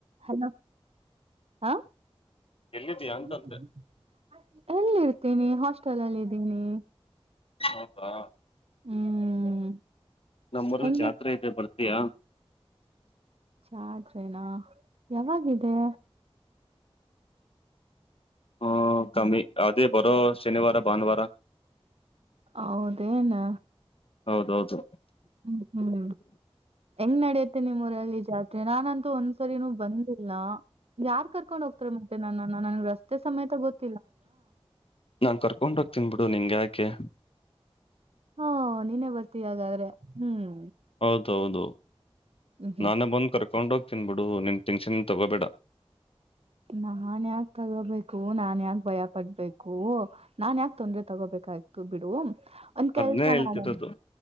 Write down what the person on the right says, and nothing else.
ಹಲೋ ಹಾ
<inaudible> ಎಲ್ಲಿ ಇರ್ತೀನಿ ಹಾಸ್ಟೆಲ್ ಅಲ್ಲಿ ಇದಿದ್ದೀನಿ
ಹ್ಮ್
ಹೆಂಗಿ
ಜಾದ್ರನಾ ಯಾವಾಗಿದೆ
ಹೌದೇನ್ <inaudible>
ಹ್ಮ್ ಹ್ಮ್ ಹೆಂಗ್ ನಡೆಯತ್ತೆ ನಿಮ್ಮ ಊರಲ್ಲಿ ಜಾತಿ ಅ ನಾನಂತೂ ಒಂದ್ಸರಿನೂ ಬಂದಿಲ್ಲ ಯಾರ್ ಕರ್ಕೊಂಡ್ ಹೋಗ್ತಾರೆ ಮತ್ತೆ ನನ್ನ ನನಗೆ ರಸ್ತೆ ಸಮೇತ ಗೊತ್ತ
ಹಾ ನೀನೇ ಬರ್ತೀ ಹಾಗಾದ್ರೆ ಹ್ಮ್
ಹ್ಮ್ ಹ್ಮ್
ನಾನ್ ಯಾಕ ತಗೋಬೇಕು ನಾನ್ ಯಾಕ ಭಯ ಪಡ್ಬೇಕು ನಾನ್ ಯಾಕ ತೊಂದ್ರೆ ತಗೋಬೇಕು ಆಗ್ತು ಬಿಡು ಒಂದ ಕೆಲ್ಸ
ಮಾಡ